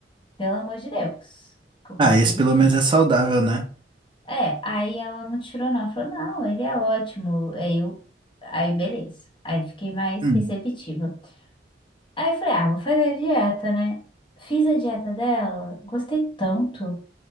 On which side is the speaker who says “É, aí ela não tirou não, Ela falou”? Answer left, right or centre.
Left